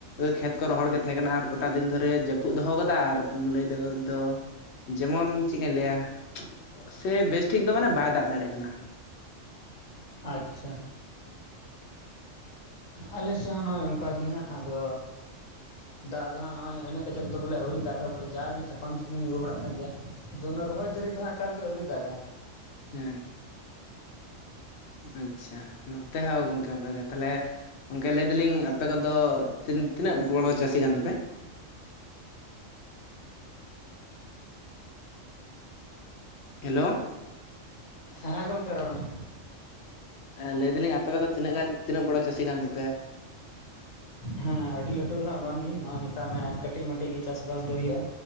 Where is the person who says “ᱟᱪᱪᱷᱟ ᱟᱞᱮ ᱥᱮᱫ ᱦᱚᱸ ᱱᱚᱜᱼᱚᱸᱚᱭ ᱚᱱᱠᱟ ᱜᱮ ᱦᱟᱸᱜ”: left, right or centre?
Left